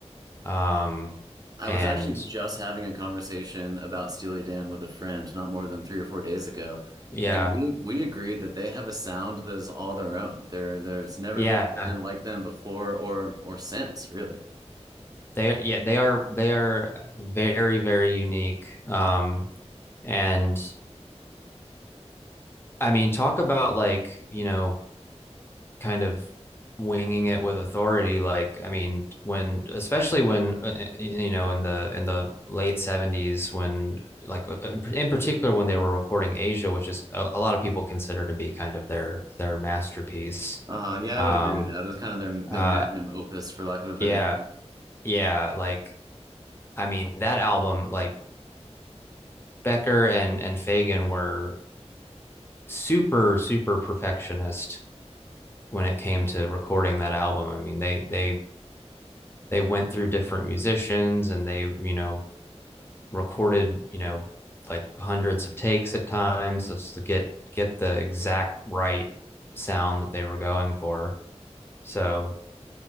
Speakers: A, on the left; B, on the right.
A: Um,
B: I
A: and
B: was actually just having a conversation about Steely Dan with a friend not more than three or four days ago,
A: yeah,
B: and we we agreed that they have a sound that is all their own. There there's never
A: yeah,
B: been a band like them before or or since, really.
A: they yeah they are they are very very unique. Um, and I mean, talk about like you know kind of winging it with authority like i mean when especially when uh, you know in the in the late 70s when like uh, uh, in particular when they were recording asia which is a, a lot of people consider to be kind of their their masterpiece
B: Uh, yeah,
A: um
B: I would agree with that. It was kind of their their
A: uh
B: magnum opus, for lack of a better
A: yeah
B: term.
A: yeah like I mean, that album, like Becker and and Fagan were super super perfectionist when it came to recording that album. I mean, they they they went through different musicians and they you know recorded you know like hundreds of takes at times just to get get the exact right sound that they were going for. So